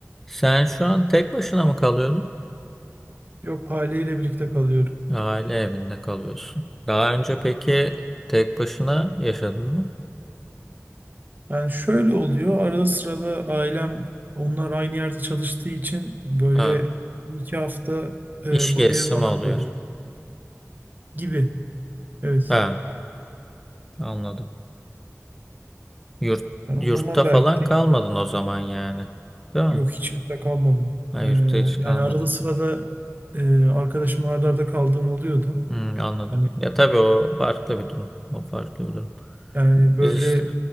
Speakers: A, in the centre; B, on the right.
A: Sen şu an tek başına mı kalıyordun?
B: Yok haliyle birlikte kalıyorum.
A: Aile evinde kalıyorsun. Daha önce peki tek başına yaşadın mı?
B: Yani şöyle oluyor arada sırada ailem onlar aynı yerde çalıştığı için böyle
A: Ha,
B: iki hafta e,
A: iş gezisi
B: bu ev bana
A: mi oluyor?
B: kalıyor gibi. Evet.
A: Ha, anladım. Yurt,
B: Yani
A: yurtta
B: o zaman belki
A: falan
B: tek
A: kalmadın o zaman yani. Değil mi?
B: yok hiç yurtta kalmadım.
A: Ha,
B: E,
A: yurtta hiç
B: yani
A: kalmadın.
B: arada sırada e, arkadaşımla arda arda kaldığım oluyordu.
A: Hmm, anladım.
B: Hani
A: Ya tabii o farklı bir durum. O farklı bir durum.
B: yani böyle
A: Biz işte.